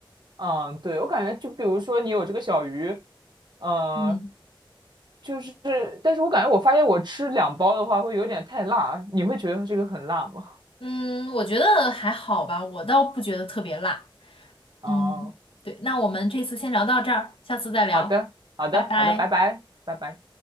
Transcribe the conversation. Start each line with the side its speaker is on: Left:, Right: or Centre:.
Right: 嗯，对，我感觉就比如说你有这个小鱼，呃，
Left: 嗯
Right: 就是，但是我感觉我发现我吃两包的话会有点太辣，你会觉得这个很辣吗？
Left: 嗯，我觉得还好吧，我倒不觉得特别辣。
Right: 哦，
Left: 嗯，对，那我们这次先聊到这儿，下次再聊，
Right: 好的，好的，
Left: 拜拜。
Right: 好的，拜拜，拜拜。